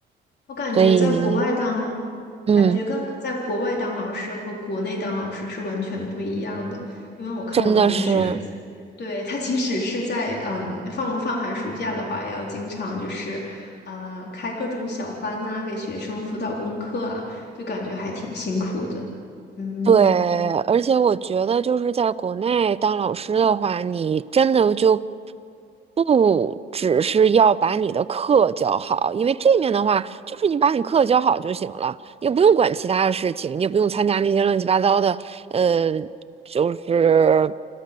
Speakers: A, on the left; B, on the right.
A: 我感觉在国外当，
B: 所以嗯，
A: 感觉跟在国外当老师和国内当老师是完全不一样的。因为我看我同学，
B: 真的是。
A: 对，他即使是在嗯放放寒暑假的话，也要经常就是呃开各种小班呐、给学生辅导功课啊，就感觉还挺辛苦的。嗯
B: 对，而且我觉得就是在国内当老师的话，你真的就不只是要把你的课教好，因为这面的话，就是你把你课教好就行了，也不用管其他的事情，你也不用参加那些乱七八糟的，呃，就是